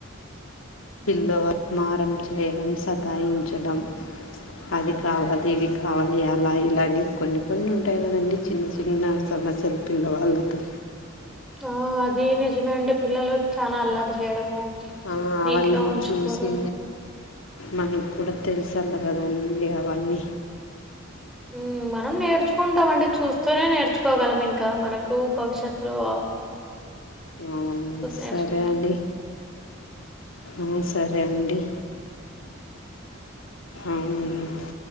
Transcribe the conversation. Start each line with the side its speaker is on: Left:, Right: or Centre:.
Left: పిల్లవా మారం చేయడం సతాయించడం అది కావాలి ఇవి కావాలి అలా ఇలానే కొన్ని కొన్ని ఉంటాయి కదండి చిన్న చిన్న సమస్యలు పిల్లవాళ్లతో
Centre: ఆ అది నిజమే అండి పిల్లలు చనా అల్లారు చేయడము
Left: ఆ,
Centre: నీట్గా
Left: అవన్నీ
Centre: ఉంచుకోరు
Left: చూసి మనకు కూడా తెలుసు అంట కదనిండి అవన్నీ
Centre: ఊ మనం నేర్చుకుంటాం అండి చూస్తూనే నేర్చుకోగలం ఇంకా మనకు భవిష్యత్లో
Left: అవును
Centre: నేర్చుకుంటే.
Left: సరే అండి ఊ సరే అండి అవు